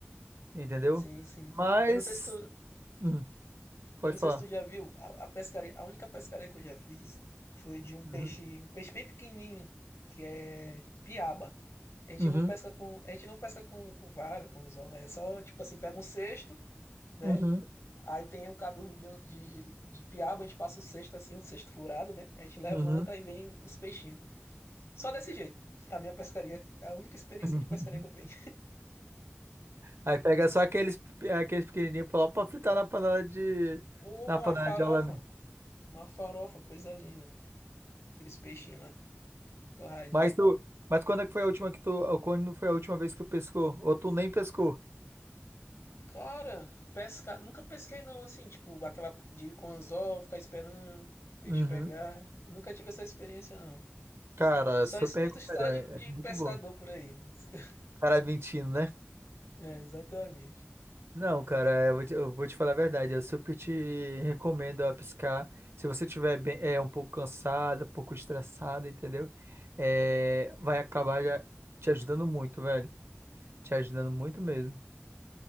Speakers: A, on the right; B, on the left.
A: entendeu?
B: sim, sim.
A: Mas,
B: Eu não sei se tu,
A: hum, pode
B: Eu não
A: falar.
B: sei se tu já viu, a, a pescaria, a única pescaria que eu já fiz foi de um peixe,
A: Uhum,
B: um peixe bem pequenininho, que é piaba. A gente
A: uhum,
B: não pesca com, a gente não pesca com, com vara, com anzol, né? É só, tipo assim, pega um cesto, né?
A: uhum,
B: Aí tem um cadurno de, de, de piaba, a gente passa o cesto assim, um cesto furado, né? A gente levanta
A: uhum.
B: e vem os peixinhos. Só desse jeito. A minha pescaria, a única experiência
A: <laughs>
B: de pescaria que eu tenho.
A: Aí pega só aqueles, aqueles pequenininhos pra pra fritar na panela de,
B: <laughs> Pô,
A: na panela
B: Uma farofa,
A: de alamento.
B: uma farofa, coisa linda. Aqueles peixinhos lá, torradinho.
A: Mas tu, mas quando é que foi a última que tu, quando foi a última vez que tu pescou? Ou tu nem pescou?
B: Cara, pesca... nunca pesquei não, assim, tipo, aquela de ir com anzol, ficar esperando peixe
A: Uhum.
B: pegar. Nunca tive essa experiência não.
A: Cara,
B: Só
A: super
B: escuto
A: recomendado,
B: história
A: é
B: de, de
A: é muito
B: pescador
A: bom.
B: por aí. <laughs>
A: Cara mentindo, né?
B: É, exatamente.
A: Não, cara, eu vou te, eu vou te falar a verdade, eu super te recomendo a pescar. Se você estiver bem, é, um pouco cansado, um pouco estressado, entendeu? É, vai acabar já te ajudando muito, velho. Te ajudando muito mesmo.